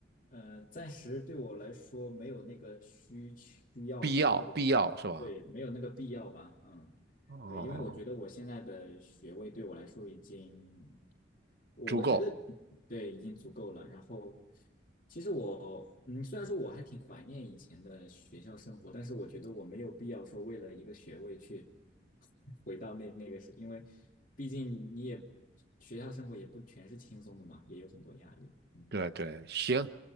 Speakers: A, on the left; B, on the right.
A: 呃，暂时对我来说没有那个需需要吧，
B: 必要，
A: 或者说对没有那个必要吧，
B: 必要是吧？
A: 嗯，
B: 哦，
A: 对，因为我觉得我现在的学位对我来说已经我我觉得
B: 足够，
A: 对已经足够了。然后，其实我嗯，虽然说我还挺怀念以前的学校生活，但是我觉得我没有必要说为了一个学位去 <laughs> 回到那那个时，因为毕竟你也学校生活也不全是轻松的嘛，也有很多压力。嗯，
B: 对对，行。